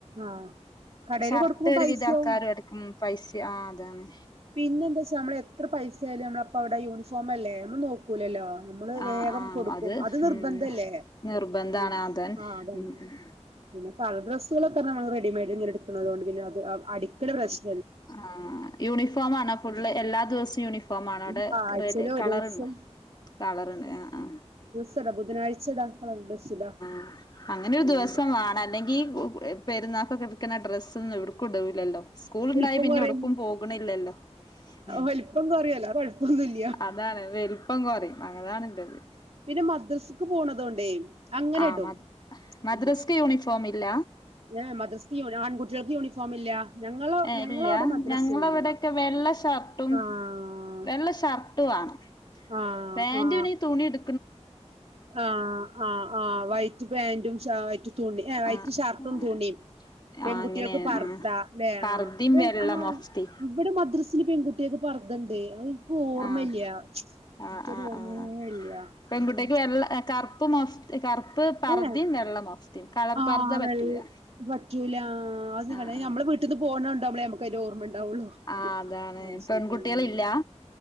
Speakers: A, on the right; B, on the left.
A: ആ കടേല്
B: ഷർട്ട്
A: കൊടുക്കുമ്പോ
B: ഒരു
A: പൈസയാവും
B: വിധ ആൾക്കാരും എടുക്കും പൈസ ആ അതാണ്.
A: പിന്നെ എന്താച്ചാ നമ്മള് എത്ര പൈസായാലും നമ്മള് അപ്പോ അവിടെ യൂണഫോം അല്ലേ നമ്മള് നോ ക്കൂലല്ലോ നമ്മള്
B: ആഹ്
A: വേഗം
B: ആഹ്
A: കൊടുക്കും അത് നിർബന്ധല്ലേ
B: ഉം നിർബന്ധാണ്
A: ഉം
B: അതൻ
A: ആഹ് അതാണ്
B: ഉം ഉം
A: പിന്നെ കളർ ഡ്രസ്സുകളൊക്കെ നമ്മൾ റെഡിമയ്ഡ് ഇങ്ങനെ ഇട്ക്ക്ണത്കൊണ്ട് പിന്നെ അത് അടിക്ക്ണ പ്രശ്
B: ആഹ് യൂണി ഫോം ആണോ ഫുള് എല്ലാ ദിവസ്‌ യൂണിഫോം ആണോ
A: ഇനി
B: അ വിടെ
A: ആഴ്ചയിൽ
B: റെഡി
A: ഒരു
B: കളർണ്ടോ
A: ദിവസം
B: കളറ്ണ്ട് ആഹ് ആഹ്
A: ച്ചെട ബുധനാഴ്ചടാ കളർ ഡ്രസ്സ് ഇടാ
B: ആഹ് അങ്ങനൊരു
A: അങ്ങനെണ്ട്
B: ദിവസം വാണ്ണം അല്ലെങ്കി പെരുന്ന കിടക്കുന്ന ഡ്രസ്സ് ഒന്നും എവിടുക്കും ഇടൂലല്ലോ സ്കൂള്ണ്ടായി
A: വലിപ്പം
B: പിന്നെ
A: കുറയും
B: എവ്ട്ക്കും പോക്ണില്ലല്ലോ ഉം
A: വലിപ്പം കുറയല്ലോ കൊഴപ്പൊന്നുല്ല
B: അതാണ് വലുപ്പം കൊറിം അതാണ് ഇല്ലത്
A: പിന്നെ മദ്രസ്ക്ക് പോണതോണ്ടേ അങ്ങനെ
B: ആഹ്
A: ഇടും
B: മ മദ്രസ്ക്ക്
A: ഉം
B: യൂണിഫോം ഇല്ല
A: ഏഹ് മദ്രസക്ക് യുണീ ആൺകുട്ട്യാൾക്ക് യൂണിഫോം ഇല്ല ഞങ്ങള
B: ഏഹ്
A: ഞങ്ങളവിടെ
B: ഇല്ല
A: മദ്രസ
B: ഞങ്ങളവടൊക്കെ
A: ഇല്ല
B: വെള്ള ഷർട്ടും
A: ആഹ്
B: വെള്ള ഷർട്ട് വാ ആണ്
A: ആഹ്
B: പാൻ്റ്
A: ആഹ്
B: പിന്നെ ഈ തുണിട്
A: ആഹ് ആഹ് ആഹ് വൈറ്റ് പാന്റും ഷാ വൈറ്റ് തുണിം ഏഹ് വൈറ്റ്
B: ആഹ്
A: ഷർട്ടും
B: ആഹ്
A: തുണിം പെൺകുട്ടികൾക്ക്
B: അങ്ങനെയാണ്
A: പർദ്ധ.
B: ആഹ്
A: ആഹ്
B: പർദ്ദയും വെള്ള
A: ആഹ്
B: മൊഫ്തേം
A: ഇവിടെ മദ്രസില് പെൺകുട്ടിയാക്ക് പർദ്ധണ്ട് അത് ഓർമല്ല്യ
B: ആഹ് ആഹ്
A: ഇറ്റൊരു
B: ആഹ്
A: ഓർമേ
B: ആഹ്
A: ഇല്ല്യ
B: പെൺകുട്ടിക്ക്
A: മു
B: വെള്ള എ കറുപ്പ് മഫ്ത് കറുപ്പ് കറുപ്പ് പർദ്ദിം
A: ഏഹ്
B: വെള്ളം മഫ്തിം കളർ
A: ആഹ്
B: പർദ്ദ പറ്റൂല്ല
A: വെ പറ്റൂല ആഹ് അത് ഞാൻ
B: ആഹ്
A: കണ്ട
B: ആഹ്
A: നമ്മളെ വീട്ട്ന്ന് പോണണ്ടാവുമ്പളേ നമക്ക് അതിൻ്റെ ഓർമ്മണ്ടാവുള്ളു
B: ആഹ് അതാണ്
A: അത് ശരി
B: പെൺകുട്ടികളില്ല
A: ആഹ് അഹ്